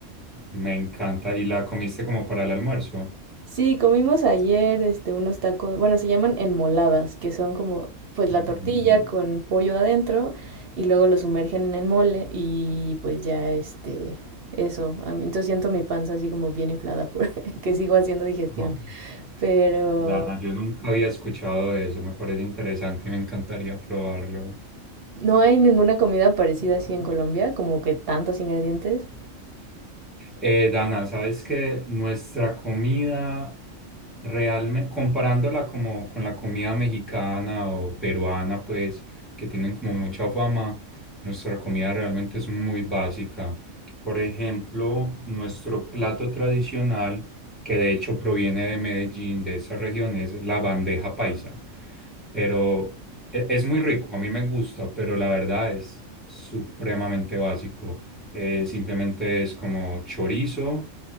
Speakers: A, in the centre; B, on the right (about 55°).
A: Me encanta. ¿Y la comiste como para el almuerzo?
B: Sí, comimos ayer este, unos tacos, bueno, se llaman enmoladas, que son como pues
A: Mm.
B: la tortilla con pollo adentro y luego lo sumergen en el mole y pues ya este, eso, a mí- entonces siento mi panza así como bien inflada por que <laughs> sigo haciendo digestión,
A: Ah,
B: pero
A: Dana, yo nunca había escuchado de eso, me parece interesante y me encantaría probarlo.
B: no hay ninguna comida parecida así en Colombia, como que tantos ingredientes.
A: Eh, Dana, sabes que nuestra comida realmente, comparándola como con la comida mexicana o peruana, pues, que tienen como mucha fama, nuestra comida realmente es muy básica. Por ejemplo, nuestro plato tradicional, que de hecho proviene de Medellín, de esa región, es la bandeja paisa. Pero e- es muy rico, a mí me gusta, pero la verdad es supremamente básico. Eh, simplemente es como chorizo,